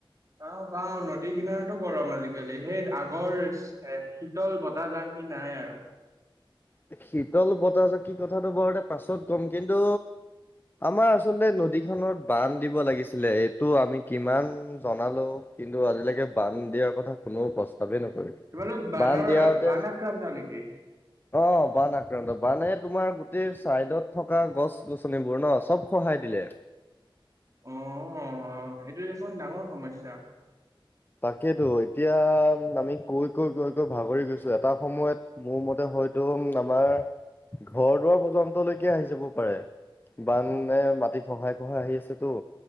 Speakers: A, on the right (about 35°); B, on the left (about 20°).
A: পাওঁ, পাওঁ নদী কিনাৰতো গৰম আজিকালি সেই আগৰ হে, শীত শীতল বতাহজাকি নাই আৰু।
B: শীতল বতাহজাকি কথাটো <unintelligible> পাছত কম, কিন্তু আমাৰ আচলতে নদীখনত বান্ধ দিব লাগিছিলে, এইটো আমি কিমান জনালোঁ কিন্তু, আজিলৈকে বান্ধ দিয়াৰ কথা কোনো প্ৰশ্ন <unintelligible>
A: তোমালোক বানৰ
B: বান্ধ দিয়া হতেন
A: বান আক্ৰান্ত নেকি?
B: অ', বানআক্ৰান্ত, বানে তোমাৰ গোটেই চাইডত থকা গছ, গছনিবোৰ ন' চব খহাই দিলে।
A: অ', অ', এইটো দেখোন ডাঙৰ সমস্যা।
B: তাকেইতো এতিয়া আমি কৈ, কৈ, কৈ, কৈ ভাগৰি গৈছোঁ এটা সময়ত মোৰ মতে হয়টো উম, আমাৰ ঘৰ দুৱাৰ পৰ্যন্তলৈকে আহি যাব পাৰে। বাননে মাটি খহাই, খহাই আহি আছেতো।